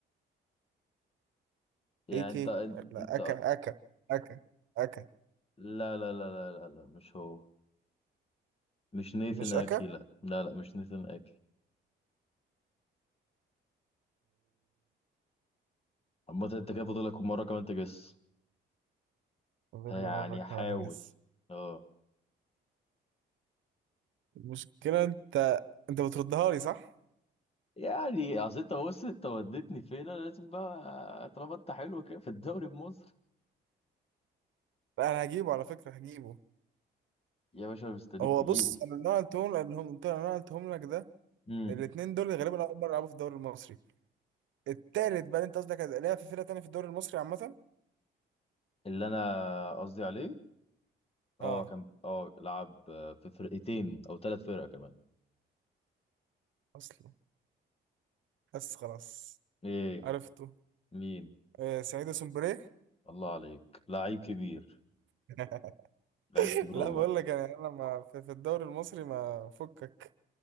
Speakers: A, on the left; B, on the right.
A: يعني
B: اي كي
A: انت
B: ولا
A: انت
B: اكا اكا اكا اكا
A: لا لا لا لا لا, لا. مش هو مش نيثن
B: مش
A: اكي
B: اكا
A: لا لا لا مش نيثن اكي عامة انت كده فاضلك مرة كمان تجس
B: فاضل
A: يعني
B: لي مرة كمان
A: حاول
B: أجس
A: اه
B: المشكلة أنت أنت بتردها لي صح؟
A: يعني اصل انت بص انت وديتني فين انا لازم بقى طالما انت حلو كده في الدوري بمصر
B: لا أنا هجيبه على فكرة هجيبه
A: يا باشا مستنيك
B: هو
A: تجيبه
B: بص أنا اللي أنا قلتهم اللي هم قلت اللي أنا قلتهم لك ده
A: امم
B: الاتنين دول غالبا أول مرة يلعبوا في الدوري المصري التالت بقى اللي أنت قصدك هتلاقيها في فرقة تانية في الدوري المصري عامة؟
A: اللي انا قصدي عليه اه
B: أه
A: كان اه لعب آه، في فرقتين او ثلاث فرق كمان
B: أصلا بس خلاص
A: ايه
B: عرفته
A: مين
B: آه سعيد سومبري
A: الله عليك لعيب كبير
B: <laughs>
A: لعيب كبير
B: لا
A: والله
B: بقول لك يعني أنا ما في, في الدوري المصري ما فكك